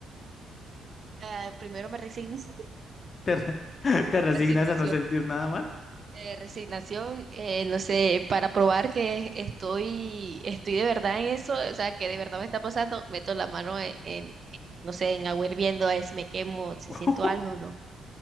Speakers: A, on the right (about 40°); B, on the left (about 45°).
A: eh, primero me resigno. <laughs>
B: ¿Te, re- <laughs> te resignas
A: Resignación.
B: a no sentir nada más?
A: eh, resignación, eh, no sé, para probar que estoy, estoy de verdad en eso, o sea, que de verdad me está pasando, meto la mano en, en, no sé, en agua hirviendo a ver si me quemo, si
B: <laughs>
A: siento algo o no.